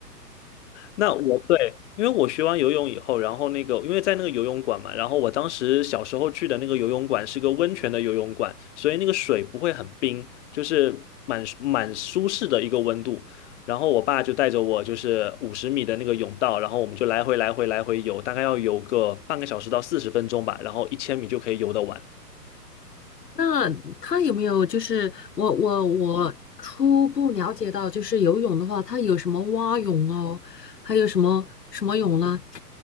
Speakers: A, on the left; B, on the left.
A: 那我对，因为我学完游泳以后，然后那个因为在那个游泳馆嘛，然后我当时小时候去的那个游泳馆是个温泉的游泳馆，所以那个水不会很冰，就是蛮蛮舒适的一个温度。然后我爸就带着我，就是五十米的那个泳道，然后我们就来回来回来回游，大概要游个半个小时到四十分钟吧，然后一千米就可以游得完。
B: 那他有没有就是我我我初步了解到，就是游泳的话，它有什么蛙泳哦，还有什么什么泳啦，